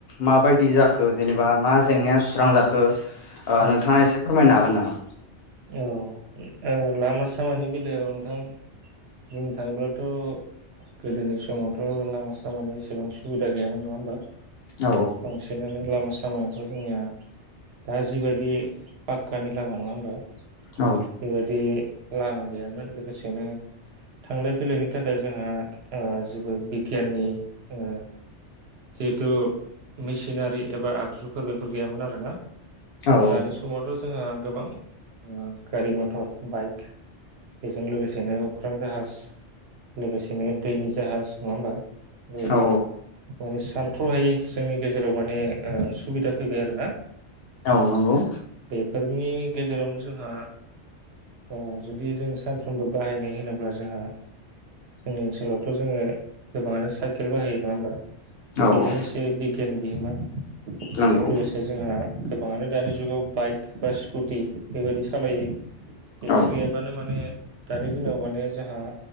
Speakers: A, on the left (about 65°); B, on the right (about 65°).
A: माबायदि जाखो जेनेबा मा जेंनायाव सु स्रां जाखो ओ
B: औ
A: नोंथाङा एसे फोरमायनो हागोन गोन नामा
B: औ ओ लामा सामानि बेलायाव नोंथां बुंनो थाङोब्लाथ गोदोनि समावथ लामा सामानि एसेबां सुबिदा गैयामोन नङा होमबा
A: औ
B: बांसिनानो लामा साम सायाथ जोंनिया दा जिबायदि पाक्कानि लामा नङा होमबा
A: औ
B: बेबायदि लामा गैयामोन लोगोसेनो थांलाय फैलायनि थाखाय जोंहा ओ जेबो बिगियाननि जोङो जिहेथु मेसिनारि एबा आगजुफोर बेफोर गैयामोन आरोना
A: औ
B: दानि समावथ जोंहा गोबां गारि मथर बाइक बेजों लोगोसेनो अख्रां जाहाज लोगोसेनो दैनि जाहाज नङा होनबा गोदो
A: औ
B: माने सानथ्रहायै जोंनि गेजेराव माने ओ सुबिदा फैबाय आरोना
A: औ नंगौ
B: बेफोरनि गेजेरावनो जोंहा ओ जुदि जोंङो सानफ्रोमबो बाहायनाय होनोब्ला जोंहा जोंनि ओनसोलाव जोङो गोबाङानो साइकेल बाहायो नङा होमबा
A: औ
B: बेबो
A: औ
B: मोनसे बिगियाननि बिहोमा बेजों
A: नंगौ
B: लोगोसे जोंहा गोबाङानो दानि जुगाव बाइक बा स्कुटि बेबायदि सालायो बेफोर
A: औ
B: गैयाबानो माने दानि दिनाव माने जोंहा